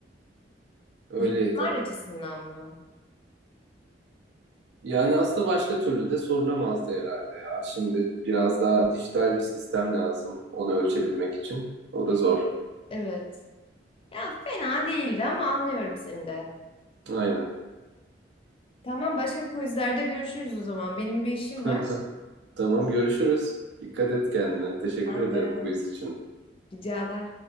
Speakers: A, on the right; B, on the left.
A: öyleydi.
B: Yanıtlar açısından mı?
A: Yani aslında başka türlü de sorulamazdı herhalde ya. Şimdi biraz daha dijital bir sistem lazım onu ölçebilmek için. O da zor.
B: Evet. Ya fena değildi ama anlıyorum seni de.
A: Aynen.
B: Tamam başka quizlerde görüşürüz o zaman. Benim bir işim
A: <laughs>
B: var.
A: Tamam görüşürüz. Dikkat et kendine. Teşekkür
B: Ben
A: ederim
B: de
A: quiz için.
B: ricalar.